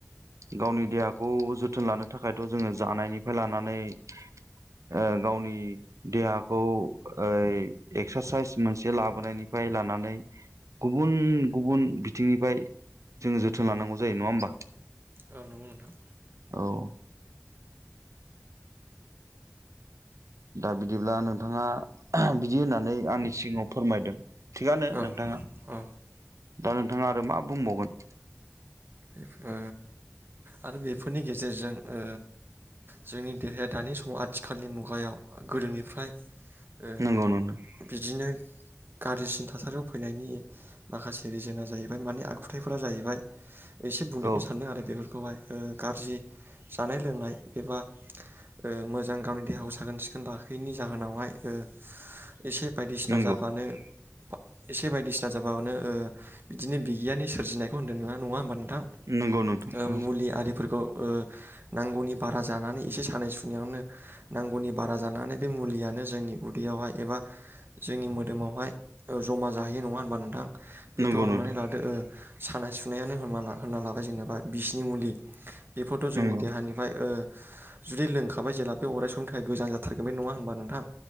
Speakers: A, on the right; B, on the right.
A: गावनि देहाखौ जोथोन लानो थाखायथ' जोङो जानायनिफ्राय लानानै ओ गावनि देहाखौ ओइ एक्सारसाइस मोनसे ला <unintelligible> निफ्राय लानानै गुबुन गुबुन बिथिंनिफ्राय जोंङो जोथोन लानांगौ जायो नङा होमबा
B: औ नंगौ नोंथां
A: औ। दा बिदिब्ला नोंथाङा बिदि होननानै आंनि सिगाङाव फोरमायदों। थिगानो
B: औ
A: नोंथाङा
B: औ
A: दा नोंथाङा आरो मा बुंबावगोन?
B: ओ आरो बेफोरनि गेजेरजों ओ जोंनि देहाया दानि समाव आथिखालनि मुगायाव गोदोनिफ्राय ओ
A: नंगौ नोंथां
B: बिदिनो गाज्रिसिन थासारियाव फैनायनि माखासे रिजोनआ जाहैबाय माने आखुथायफोरा जाहैबाय एसे बुंदेरनो
A: औ
B: सान्दों आरो बेफोरखौहाय ओ गाज्रि जानाय लोंनाय एबा ओ मोजां गावनि देहाखौ साखोन सिखोन लाखैयैनि जाहोनावहाय ओ एसे बायदिसिना
A: नंगौ
B: जाबानो एसे बायदिसिना जाबानो ओ बिदिनो बिगियाननि सोरजिनायखौ होन्दों नङा नङा होनबा नों थां
A: नंगौ नोंथां
B: ओ
A: औ
B: मुलि आरिफोरखौ ओ नांगौनि बारा जानानै एसे सानाय सुनायावनो नांगौनि बारा जानानै बे मुलियानो जोंनि उदैयावहाय एबा जोंनि मोदोमावहाय ओ जमा जाहैयो नङा होनबा नोंथां। बेथ'
A: नंगौ
B: हमनानै
A: नोंथां
B: लादो ओ सानाय सुनायानो हमना ला होनना लाबाय जेनेबा बिसनि मुलि बेफोरथ' जोंनि
A: नंगौ
B: देहानिफ्राय ओ जुदि लोंखाबाय जेला बे अराय समनि थाखाय गोजान जाथारगोन बे नङा होनबा नोंथां